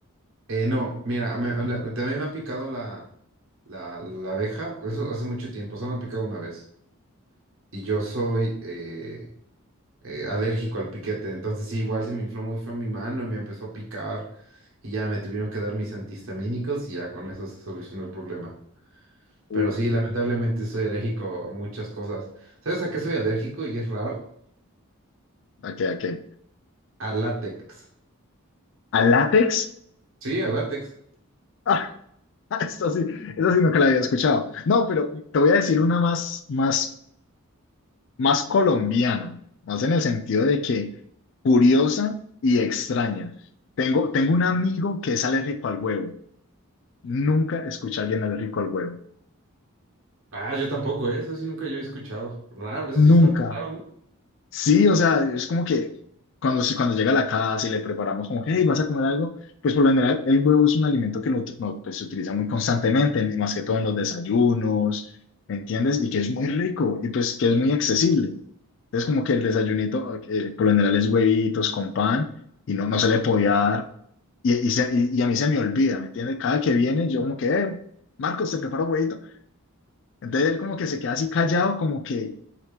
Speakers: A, on the right; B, on the left.
A: Eh, no, mira, me- anda-
B: ¿No?
A: también me ha picado la, la, la abeja, eso hace mucho tiempo, solo me ha picado una vez. Y yo soy, eh, eh, alérgico al piquete. Entonces sí, igual se me infló muy feo mi mano y me empezó a picar y ya me tuvieron que dar mis antihistamínicos y ya con eso se solucionó el problema.
B: Uf,
A: Pero sí, lamentablemente soy alérgico a muchas cosas. ¿Sabes a qué soy alérgico y es raro?
B: ¿a qué, a qué?
A: A látex.
B: Al látex?
A: Sí, a látex.
B: <laughs> Ah, esto sí, eso sí nunca la había escuchado. No, pero te voy a decir una más, más más colombiana, más en el sentido de que curiosa y extraña. Tengo, tengo un amigo que es alérgico al huevo. Nunca escuché a alguien alérgico al huevo.
A: Ah, yo tampoco, ¿eh? Eso sí nunca yo he escuchado. Raro, eso sí
B: Nunca.
A: está muy raro, ¿no?
B: Sí, o sea, es como que cuando, se- cuando llega a la casa y le preparamos como que, hey, ¿vas a comer algo? Pues por lo general el huevo es un alimento que lo, ut- no, pues, se utiliza muy constantemente, en- más que todo en los desayunos, ¿me entiendes? Y que es muy rico y pues que es muy accesible. Entonces como que el desayunito eh, eh, por lo general es huevitos con pan y no, no se le podía dar. Y, y, se- y- y a mí se me olvida, ¿me entiendes? Cada que viene yo como que, eh, Marcos, te preparo huevito. Entonces él como que se queda así callado, como que